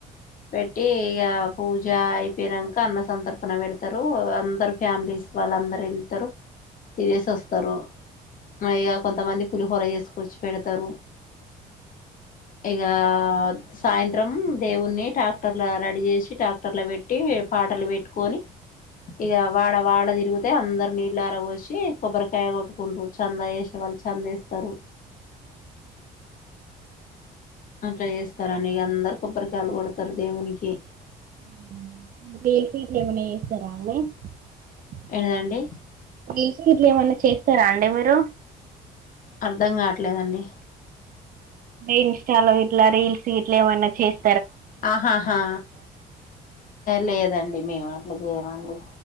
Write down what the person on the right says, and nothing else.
<unintelligible> ఏమన్న చేస్త <unintelligible>
బిస్కెట్లేమన్నా చేస్ స్తర అండి మీరు
ఇన్స్టాలో గిట్లా రీల్స్ గిట్లా ఏమైన్నా చేస్